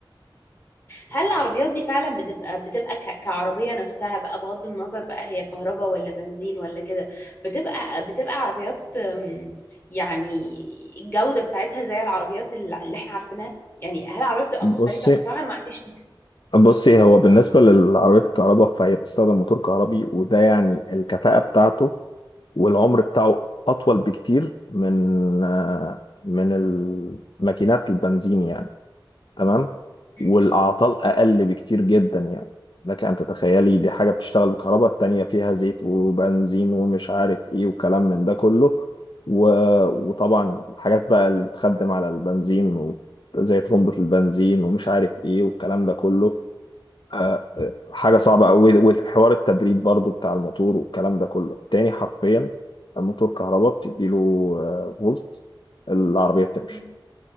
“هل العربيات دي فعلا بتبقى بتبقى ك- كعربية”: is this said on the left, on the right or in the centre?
Left